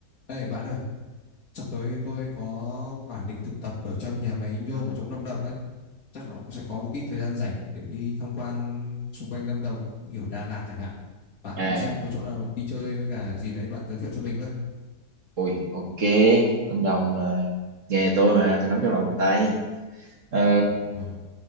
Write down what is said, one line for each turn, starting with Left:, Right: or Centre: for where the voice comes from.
Left: Ê bạn ơi, sắp tới tôi có quả lịch thực tập ở trong nhà máy nhôm ở trong Lâm Đồng đấy. Chắc là ông sẽ có một ít thời gian rảnh để đi tham quan xung quanh Lâm Đồng, kiểu Đà Lạt chẳng hạn. Bạn
Right: à
Left: xem có chỗ nào đi chơi với cả gì đấy bạn giới thiệu cho mình với.
Right: ui ok Lâm Đồng là nghề tôi mà tôi nắm trong lòng bàn tay ờ,
Left: Ờ,